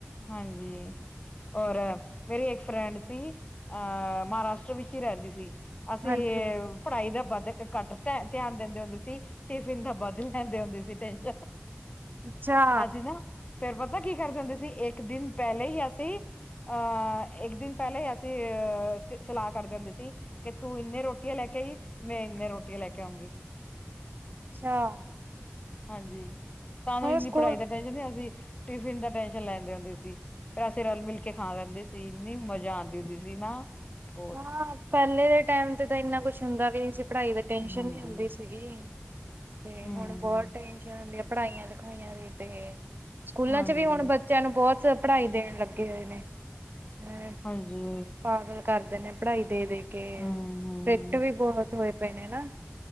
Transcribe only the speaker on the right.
ਹਾਂਜੀ
ਅੱਛਾ
<inaudible> ਅੱਛਾ
ਹੋਰ
ਸਕੂਲ
ਹਾਂ ਪਹਿਲੇ ਦੇ ਟਾਈਮ ਤੇ ਤਾਂ ਇੰਨਾ ਕੁਛ ਹੁੰਦਾ ਵੀ ਨੀ ਸੀ। ਪੜ੍ਹਾਈ ਦੀ ਟੈਨਸ਼ਨ
ਨਹੀਂ ਹੁੰਦੀ ਸੀਗੀ। ਤੇ
ਹੁਣ ਬਹੁਤ ਟੈਨਸ਼ਨ ਹੁੰਦੀ ਆ ਪੜ੍ਹਾਈਆਂ ਲਿਖਾਈਆਂ ਦੀ ਤੇ ਸਕੂਲਾਂ
ਚ ਵੀ ਹੁਣ ਬੱਚਿਆਂ ਨੂੰ ਬਹੁਤ ਪੜ੍ਹਾਈ ਦੇਣ ਲੱਗੇ ਹੋਏ ਨੇ। ਅ
ਪਾਗਲ ਕਰਦੇ ਨੇ ਪੜ੍ਹਾਈ ਦੇ ਦੇ ਕੇ
ਫਿਕਟ ਵੀ ਬਹੁਤ ਹੋਏ ਪਏ ਨੇ ਨਾ।